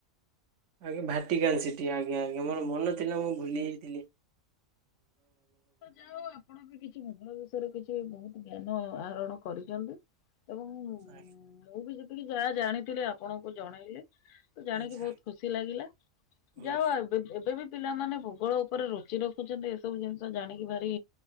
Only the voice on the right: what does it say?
ଆଜ୍ଞା ଭାଟିକାନ୍ ସିଟିି ଆଜ୍ଞା ଆଜ୍ଞା ମୋର ମନ ଥିଲା ମୁଁ ଭୁଲିଯାଇଥିଲି।
<unintelligible>
ଆଜ୍ଞା,
ଆଚ୍ଛା
ହୁଁ